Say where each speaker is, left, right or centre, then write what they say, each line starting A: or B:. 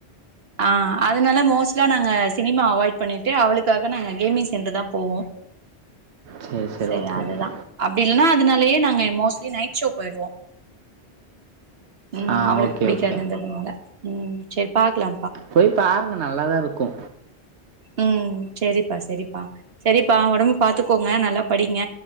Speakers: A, on the right; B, on the right.
A: ஆ அதனால மோஸ்ட்லா நாங்க சினிமா அவாய்ட் பண்ணிட்டு அவளுக்காக நாங்க கேமிங் சென்டர் தா போவோ
B: சரி சரி
A: சே
B: ஓகே
A: அதுதா
B: ஓகே
A: அப்டி இல்லன்னா அதனா நாங்க மோஸ்லி நைட் ஷோ போய்டுவோ ம்
B: ஆ
A: அவளுக்கு
B: ஓகே
A: புடிக்காதுன்றதுனால
B: ஓகே
A: ம் செர் பாக்லா
B: போய் பாருங்க நல்லாதா இருக்கு
A: ம் செரிப்பா செரிப்பா செரிப்பா ஒடம்பு பாத்துக்கோங்க நல்லா படிங்க